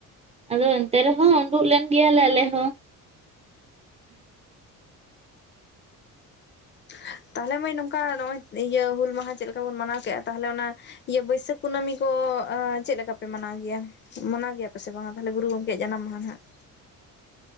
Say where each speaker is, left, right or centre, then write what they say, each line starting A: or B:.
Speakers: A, on the right (about 20°); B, on the left (about 35°).
A: ᱟ ᱟᱫᱚ ᱮᱱᱛᱮ ᱨᱮᱦᱚᱸ ᱩᱰᱩᱠ ᱞᱮᱱ ᱜᱮᱭᱟᱞᱮ ᱟᱞᱮ ᱦᱚᱸ ᱦᱮᱸ <inaudible>
B: ᱦ <unintelligible> ᱛᱟᱦᱚᱞᱮ ᱢᱟᱹᱭ ᱱᱚᱝᱠᱟ ᱱᱚᱜᱚᱭ ᱤᱭᱟᱹ ᱦᱩᱞ ᱢᱟᱦᱟ ᱪᱮᱫᱠᱟ ᱵᱚᱱ ᱢᱟᱱᱟᱣ ᱠᱮᱫᱼᱟ ᱛᱟᱦᱟᱞᱮ ᱚᱱᱟ ᱤᱭᱟᱹ ᱵᱟᱹᱭᱥᱟᱹᱠᱷ ᱠᱩᱱᱟᱹᱢᱤ ᱠᱚ ᱳ ᱪᱮᱫ ᱞᱮᱠᱟᱯᱮ ᱢᱟᱱᱟᱣ ᱜᱮᱭᱟ ᱢᱟᱱᱟᱣ ᱜᱮᱭᱟ ᱯᱮ ᱥᱮ ᱵᱟᱝᱟ ᱛᱟᱦᱞᱮ ᱜᱩᱨᱩ ᱜᱚᱢᱠᱮᱭᱟᱜ ᱡᱟᱱᱟᱢ ᱢᱟᱦᱟ ᱦᱟᱸᱜ <inaudible>